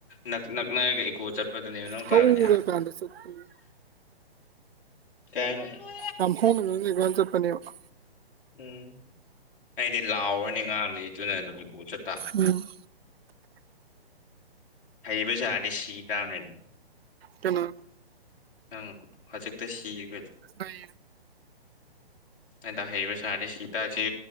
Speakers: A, on the left; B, on the right.
A: ꯅꯛ ꯅꯛꯅꯒ ꯏ ꯀꯣ ꯆꯠ ꯆꯠꯄꯗꯨꯅꯦꯕ ꯅꯪ
B: ꯍꯧꯔꯀꯥꯟꯗ
A: ꯄꯥꯝꯃꯤꯖ‌ꯦ
B: ꯆꯠꯄꯅꯦ
A: ꯀꯩꯅꯣ ꯍꯥꯏꯅ‌ꫭ
B: ꯌꯥꯝ ꯐꯣꯡꯅ ꯆꯠꯄꯅꯦ <inaudible>
A: ꯎꯝ ꯑꯩꯗꯤ ꯂꯥꯎꯔꯅꯤ ꯉꯥꯡꯂꯤ ꯑꯗꯨꯅ ꯑꯗꯨꯝ ꯏꯀꯣ ꯆꯠꯇ
B: ꯎꯝ
A: ꯍꯩꯕ ꯁꯥꯅꯤꯗꯤ ꯁꯤ ꯇꯥꯅꯦ ꯑꯗꯨꯣ
B: ꯀꯩꯅꯣ
A: ꯅꯪ ꯍꯧꯖꯤꯛꯇ ꯁꯤꯕ
B: ꯍ <inaudible>
A: ꯍꯗ ꯍꯩꯔꯤꯕ ꯁꯥꯔꯗꯤ ꯁꯤꯇꯥꯛꯁꯤ